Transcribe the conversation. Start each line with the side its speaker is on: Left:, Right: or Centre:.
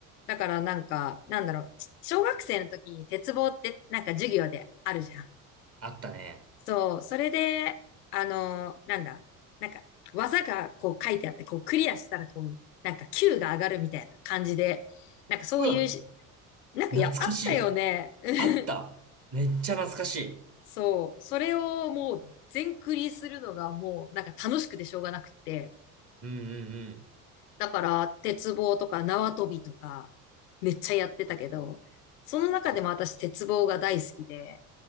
Left: だからなんか、なんだろう、ち小学生の時に鉄棒ってなんか授業であるじゃん。
Right: あったね。
Left: そう、それで、あの、なんだ、なんか、技がこう書いてあって、こうクリアしたら、こう、なんか Q が上がるみたいな感じで、なんかそういうし、
Right: うわ、
Left: なんかいや、
Right: 懐かしい。
Left: あったよね。<laughs>
Right: あった。めっちゃ懐かしい。
Left: そう、それをもう全クリするのがもう、なんか楽しくてしょうがなくて、
Right: うんうんうん。
Left: だから、鉄棒とか縄跳びとか、めっちゃやってたけど、
Right: あ、
Left: その中でも私、
Right: あ、た
Left: 鉄棒が大好きで、